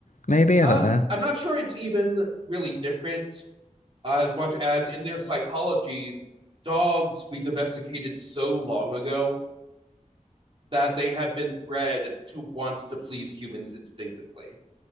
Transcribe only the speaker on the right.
Uh
I'm not sure it's even really different as much as in their psychology, dogs we domesticated so long ago that they have been bred to want to please humans instinctively.